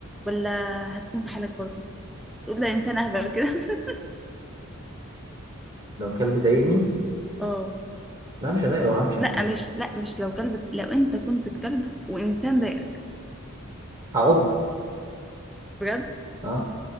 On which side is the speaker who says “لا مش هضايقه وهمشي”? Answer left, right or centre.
Right